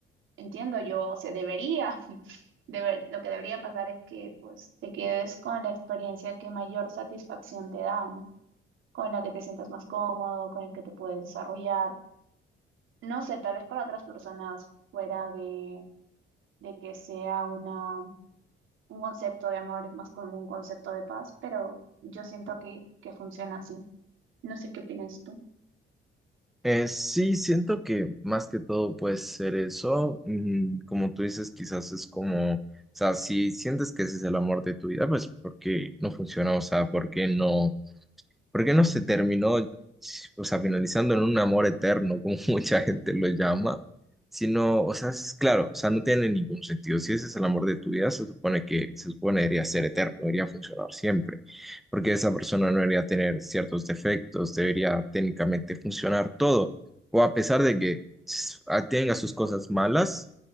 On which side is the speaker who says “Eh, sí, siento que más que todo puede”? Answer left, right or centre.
Centre